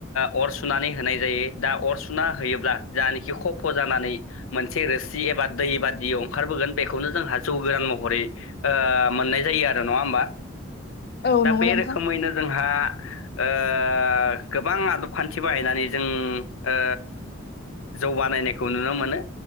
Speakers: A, on the left; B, on the left.
A: ओ अर सुनानै होनाय जायो दा अर सुना होयोब्ला जानेखि खफ' जानानै मोनसे रोसि एबा दै बादियाव ओंखारबोगोन बेखौनो जोंहा जौ गोरान महरै ओ मोननाय जायो आरो नङा होमबा
B: औ
A: दा
B: नंगौ
A: बे
B: नोंथां
A: रोखोमैनो जोंहा ओ ओ गोबां आदब-खान्थि बाहायनानै जों ओ जौ बानायनायखौ नुनो मोनो